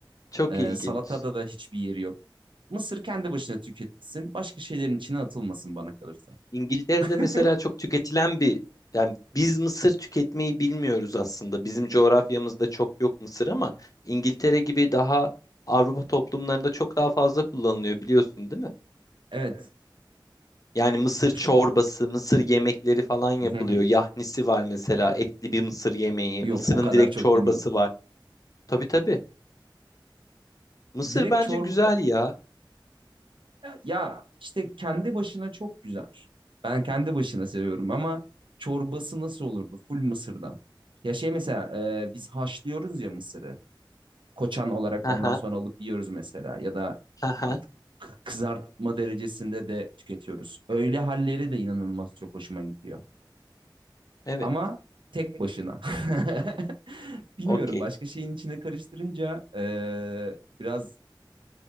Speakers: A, on the left; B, on the right.
A: Çok
B: Ee,
A: ilginç.
B: salatada da hiçbir yeri yok. Mısır kendi başına tüketilsin. Başka şeylerin içine atılmasın bana kalırsa.
A: İngiltere'de mesela
B: <laughs>
A: çok tüketilen bir yani biz mısır tüketmeyi bilmiyoruz aslında. Bizim coğrafyamızda çok yok mısır ama İngiltere gibi daha Avrupa toplumlarında çok daha fazla kullanılıyor biliyorsun değil mi?
B: Evet.
A: Yani mısır
B: Huş-
A: çorbası, mısır yemekleri falan yapılıyor.
B: <laughs>
A: Yahnisi var mesela etli bir mısır yemeği.
B: Yok
A: Mısırın
B: o kadar
A: direkt
B: çok
A: çorbası
B: bilmiyordum.
A: var. Tabii tabii. Mısır
B: Direkt
A: bence
B: çorba
A: güzel ya.
B: ya işte kendi başına çok güzel. Ben kendi başına seviyorum ama çorbası nasıl olurdu? Full mısırdan. Ya şey mesela e, biz haşlıyoruz ya mısırı. koçan olarak
A: Haha,
B: ondan sonra alıp yiyoruz mesela ya da
A: haha.
B: artık k- kızartma derecesinde de tüketiyoruz. Öyle halleri de inanılmaz çok hoşuma gidiyor.
A: Evet.
B: Ama tek başına. <laughs> Bilmiyorum
A: Okey.
B: başka şeyin içine karıştırınca eee, biraz